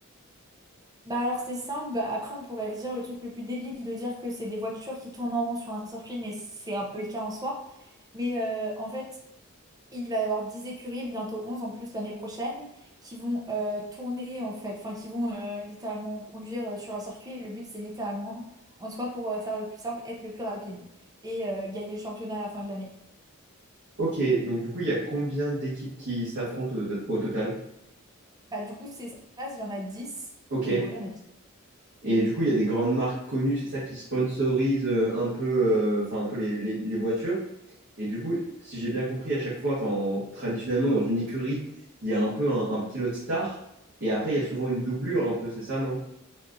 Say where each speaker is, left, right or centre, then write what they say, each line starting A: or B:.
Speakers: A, on the right; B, on the right.
A: Bah alors c'est simple, bah après on pourrait dire le truc le plus débile de dire que c'est des voitures qui tournent en rond sur un circuit, mais c'est un peu le cas en soi. Mais euh, en fait, Il va y avoir 10 écuries, bientôt 11 en plus l'année prochaine, qui vont euh, tourner en fait, enfin qui vont euh, littéralement conduire euh, sur un circuit. Et le but, c'est littéralement, en soi, pour euh, faire le plus simple, être le plus rapide et euh, gagner le championnat à la fin de l'année.
B: Ok, donc du coup, il y a combien d'équipes qui s'affrontent au, au total?
A: Bah, du coup, c'est ça, il y en a 10
B: Ok.
A: et ouais, il y en a 10.
B: Et du coup, il y a des grandes marques connues, c'est ça, qui sponsorisent euh, un peu, euh, enfin, un peu les, les- les voitures. Et du coup, si j'ai bien compris, à chaque fois, enfin, en- traditionnellement, dans une écurie, il y a un peu un, un pilote star. Et après, il y a souvent une doublure, un peu, c'est ça, non?